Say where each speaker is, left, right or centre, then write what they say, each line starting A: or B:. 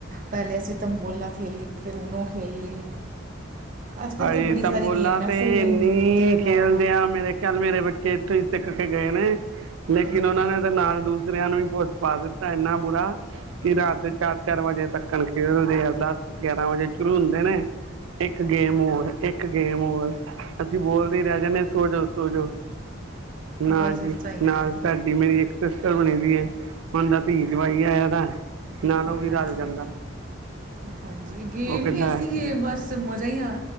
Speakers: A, on the right (about 45°); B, on the right (about 80°).
A: ਪੈਲੇ ਅਸੀਂ ਤੰਬੋਲਾ ਖੇਲੀ, ਫੇਰ ਉਣੋ ਖੇਲੀ। ਅੱਜ ਕੱਲ੍ਹ
B: ਹਾਏ
A: ਤੇ ਬੜੀ
B: ਤੰਬੋਲਾ
A: ਸਾਰੀ ਗੇਮ ਹੈ
B: ਤੇ
A: ਫੋਨ
B: ਏਨੀ
A: ਤੇ ਇਲਾਵਾ
B: ਖੇਲਦੇ ਆ ਮੇਰੇ ਚਲ ਮੇਰੇ ਬੱਚੇ ਏਥੋਂ ਈ ਸਿੱਖ ਕੇ ਗਏ ਨੇ
A: ਹਾਂਜੀ
B: ਲੇਕਿਨ ਓਨਾਂ ਨੇ ਤਾਂ ਨਾਲ ਦੂਜ ਦੂਸਰਿਆਂ ਨੂੰ ਵੀ ਪੁਸ ਪਾ ਦਿੱਤਾ ਏਨਾ ਬੁਰਾ ਕੀ ਰਾਤ ਦੇ ਚਾਰ ਚਾਰ ਵਜੇ ਤੱਕਣ ਖੇਲਦੇ ਆ, ਦਸ ਗਿਆਰਾਂ ਵਜੇ ਸ਼ੁਰੂ ਹੁੰਦੇ ਨੇ। ਇੱਕ ਗੇਮ ਹੋਰ, ਇੱਕ ਗੇਮ ਹੋਰ। ਅਸੀਂ ਬੋਲਦੇ ਈ ਰੈ ਜਾਂਨੇ, ਸੋਜੋ- ਸੋਜੋ ਨਾ
A: ਬਸ
B: ਜੀ
A: ਇਸ ਤਰ੍ਹਾਂ ਹੀ
B: ਨਾ।
A: ਹੈ
B: ਤਾਡੀ ਮੇਰੀ ਇੱਕ ਸਿਸਟਰ ਬਣੀ ਦੀ ਏ, ਓਨ ਦਾ ਧੀ ਜਵਾਈ ਆਇਆ ਦਾ। ਨਾਲ ਉਹ ਵੀ
A: ਹਾਂਜੀ
B: ਰਲ ਜਾਂਦਾ
A: ਹਾਂਜੀ ਏ ਗੇਮ
B: ਉਹ ਕਹਿੰਦਾ
A: ਈ ਐਸੀ ਏ ਬਸ ਮਜ਼ਾ ਈ ਆਂ